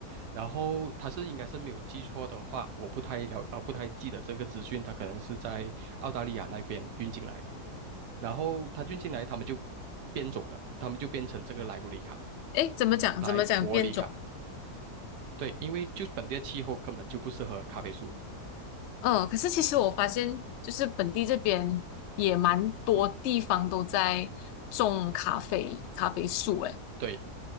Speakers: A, on the right (about 75°); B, on the left (about 85°).
A: 然后他是应该是没有记错的话，我不太了啊、不太记得这个资讯，他可能是在澳大利亚那边运进来的。然后他运进来，他们就变种了，他们就变成这个莱布里卡、
B: 诶，怎么讲？
A: 莱伯里卡。
B: 怎么讲变种？
A: 对，因为就本地的气候根本就不适合咖啡树嘛。
B: 嗯，可是其实我发现，就是本地这边也蛮多地方都在种咖啡咖啡树，
A: 嗯，
B: 诶，
A: 对，